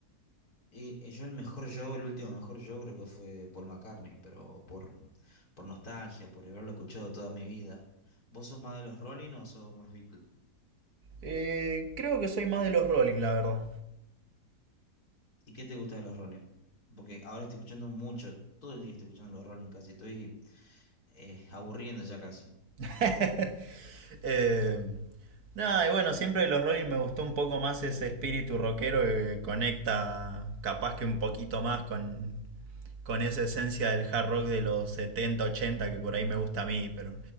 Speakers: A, on the left; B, on the right.
A: Y, y yo el mejor yo, el último mejor yo creo que fue Paul McCartney, pero por, por nostalgia, por haberlo escuchado toda mi vida. ¿Vos sos más de los Rolling o sos más Beatles?
B: Eh, creo que soy más de los Rolling, la verdad.
A: ¿Y qué te gusta de los Rolling? Porque ahora estoy escuchando mucho, todo el día estoy escuchando los Rolling casi, estoy eh, aburriendo ya casi.
B: <laughs> Eh, nada, y bueno, siempre de los Rolling me gustó un poco más ese espíritu rockero que conecta capaz que un poquito más con, con esa esencia del hard rock de los 70 80 que por ahí me gusta a mí, pero